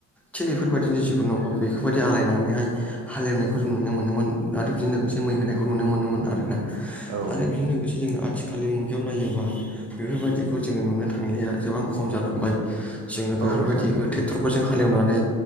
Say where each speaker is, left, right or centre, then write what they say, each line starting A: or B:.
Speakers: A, in the centre; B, on the right.
A: थिग बेफोरबायदिनो जिखुनु हग बेफोरबायदि आलायनानैहाय हालेवनायखौ जों नुनो मोनोमोन आरो बेजों लोगोसे मै होनायखौ नुनो मोनोमोन आरो ना
B: औ
A: आरो बिजों लोगोसे जोङो आथिखालनि मुगायाव नायोब्ला बेफोरबायदिखौ जोङो नुनो थांलिया गोबां खम जालांबाय जोङो
B: औ
A: बेफोरबायदि
B: नोंथां
A: ट्रेक्टरफोरजों हालेवनानै